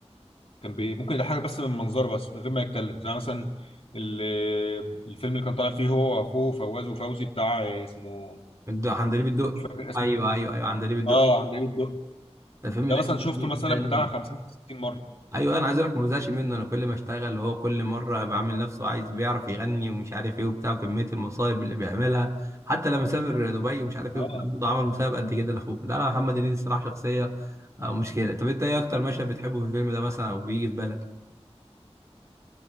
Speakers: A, on the left (about 60°); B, on the right (about 25°).
A: كان بي ممكن يضحك بس من منظره بس من غير ما يتكلم زي مثلا ال- الفيلم اللي كان طالع فيه هو واخوه فواز وفوزي بتاع اسمه
B: الد- عندليب الدقي
A: مش فاكر اسمه
B: ايوه ايوه ايوه عندليب الدقي
A: اه عند ايه الدق
B: الفيلم
A: ده
B: ده
A: مثلا
B: جميل
A: شفته مثلا
B: جدا
A: بتاع 50 60 مره
B: ايوه انا عايز اقول لك ما بزهقش منه انا كل ما اشتغل وهو كل مره بعمل نفسه عايز بيعرف يغني ومش عارف ايه وبتاع وكميه المصايب اللي بيعملها حتى لما سافر دبي ومش عارف
A: اه
B: ايه وبتاع برضه عمل مصايب قد كده لاخوه لا لا محمد هنيدي الصراحه شخصيه آه، مشكله طب انت ايه اكتر مشهد بتحبه في الفيلم ده مثلا او بيجي في بالك